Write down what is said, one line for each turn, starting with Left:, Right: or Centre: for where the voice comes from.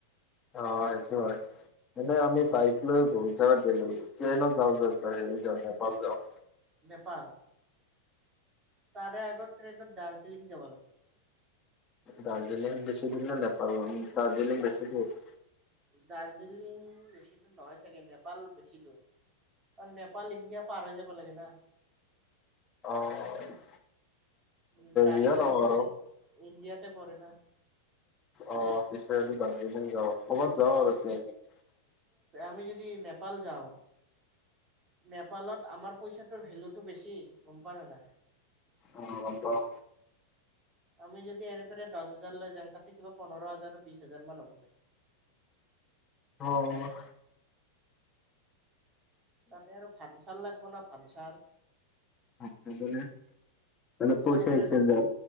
Left: অ সেইটো হয় এনে আমি বাইক লৈ বহুত জেগাত গলো ট্ৰেইনত যাওঁ বৈ হেৰি যাওঁ নেপাল যাওঁ
Right: নেপাল তাৰে আগৰ ট্ৰেইনত দাৰ্জিলিং যাব লাগিব
Left: দাৰ্জিলিং বেছি দূৰ নে নেপাল দাৰ্জিলিং বেছি দূৰ
Right: দাৰ্জিলিং বেছি দূৰ নহয় চাগে নেপাল বেছি দূৰ কাৰণ নেপাল ইণ্ডিয়া পাৰ হৈ যাব লাগে না
Left: অ
Right: উ দাৰ্জিলিংটো
Left: যিয়ে নহওক আৰু
Right: ইণ্ডি ইণ্ডিয়াতে পৰে না
Left: অ সি গ ল যওঁ <unintelligible> বহত জাবৰ হৈছে <unintelligible>
Right: মি যদি নেপাল যাওঁ নেপালত আমাৰ পইচাটোৰ ভেলুটো বেছি গম পোৱা না নাই
Left: অ'গম পাঁও।
Right: আমি যদি এৰেপৰে দহ হাজাৰ লৈ যাওঁ তাতে কিবা পোন্ধৰ হাজাৰ বিশ হাজাৰ মান হ'ব চাগে।
Left: অ'।
Right: তাতে আৰু ভান চাল লাগ ভপনা ভানচাৰ
Left: আনবলে মনে
Right: ভানচাৰ
Left: পইচা
Right: মানে
Left: একসচঞ্জ
Right: তাত
Left: যা